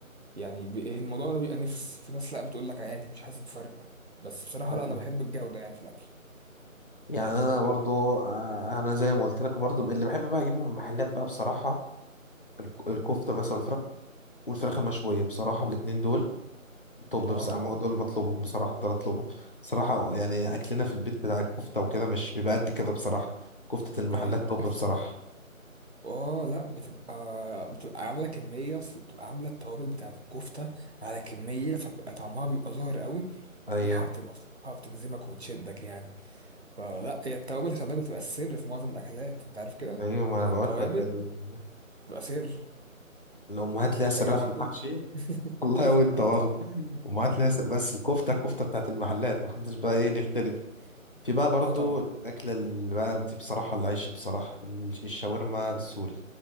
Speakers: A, on the right; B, on the left.
A: يعني ب- الموضوع ده بيبقى نفس في ناس لا بتقول لك عادي مش حاسس بفرق بس بصراحة
B: يعني
A: لا انا بحب الجودة يعني في الاكل
B: يعني انا برضو آه، انا زي ما قلت لك برضو اللي بحب بقى اجيبه من المحلات بقى بصراحه الك- الكفته مثلا والفراخ والفراخ المشويه بصراحه الاتنين دول طب
A: اه
B: بصراحة
A: طبعا
B: ما هو دول بطلبهم بصراحة دول اطلبهم بصراحة يعني اكلنا في البيت بتاع الكفتة وكده مش بيبقى قد كده بصراحة كفتة المحلات
A: ايوه
B: طب
A: <laughs>
B: بصراحة
A: اه لا بتبقى بتبقى عامله كميه اصل بتبقى عامله التوابل بتاعت الكفته على كميه فبقى طعمها بيبقى ظاهر قوي والريحه
B: ايوه
A: بتبقى بصراحه بتجذبك وبتشدك يعني فلا هي التوابل خلي بالك بتبقى السر في معظم الاكلات انت عارف كده
B: ايوه ما
A: يعني
B: انا بقول
A: التوابل
B: لك ال-
A: بتبقى سر
B: الامهات ليها
A: انت
B: سرها
A: جوعتني
B: في المحشي
A: <laughs>
B: <laughs> والله وانت
A: اه
B: برضه
A: طبعا
B: امهات ليها سر- بس الكفتة كفتة بتاعت المحلات محدش بقى ايه نختلف في بقى برضو
A: اه طبعا
B: الأكلة اللي بقى دي بصراحة العيش بصراحة ال- الشاورما السوري